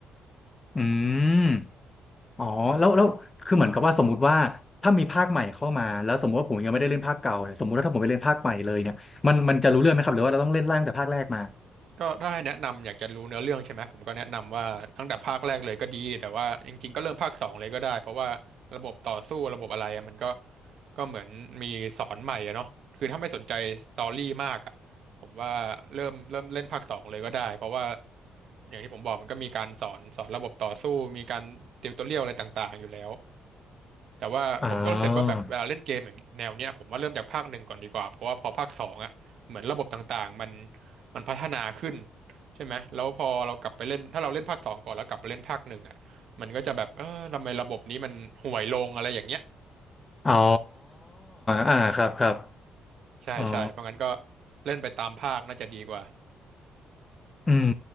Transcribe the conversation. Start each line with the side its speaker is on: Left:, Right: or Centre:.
Left: อืมอ๋อแล้วแล้วคือเหมือนกับว่าสมมติว่าถ้ามีภาคใหม่เข้ามาแล้วสมมติว่าผมยังไม่ได้เล่นภาคเก่าเนี่ยสมมติว่าถ้าผมไปเล่นภาคใหม่เลยเนี่ยมันมันจะรู้เรื่องไหมครับหรือว่าเราต้องเล่นไล่ตั้งแต่ภาคแรกมา
Right: ก็ถ้าให้แนะนำอยากจะรู้เนื้อเรื่องใช่ไหมผมก็แนะนำว่าตั้งแต่ภาคแรกเลยก็ดีแต่ว่าจริงๆก็เริ่มภาคสองเลยก็ได้เพราะว่าระบบต่อสู้ระบบอะไรอะมันก็ก็เหมือนมีสอนใหม่อะเนาะคือถ้าไม่สนใจสตอรี่มากอะผมว่าเริ่มเริ่มเล่นภาคสองเลยก็ได้เพราะว่าอย่างที่ผมบอกมันก็มีการสอนสอนระบบต่อสู้มีการติวตัวเรียวอะไรต่างๆอยู่แล้ว แต่ว่าผมก็รู้สึกว่าแบบเวลาเล่นเกมอย่างแนวเนี้ยผมว่าเริ่มจากภาคหนึ่งก่อนดีกว่าเพราะว่าพอภาคสองอ่ะเหมือนระบบต่างๆมัน
Left: อ๋อ
Right: มันพัฒนาขึ้นใช่ไหมแล้วพอเรากลับไปเล่นถ้าเราเล่นภาคสองก่อนแล้วกลับไปเล่นภาคหนึ่งอ่ะมันก็จะแบบเออทำไมระบบนี้มันห่วยลงอะไรอย่างเงี้ย
Left: อ๋ออ่าครับครับ
Right: ใช่ใช่เพราะงั้นก็
Left: อ๋อ
Right: เล่นไปตามภาคน่าจะดีกว่า
Left: อืม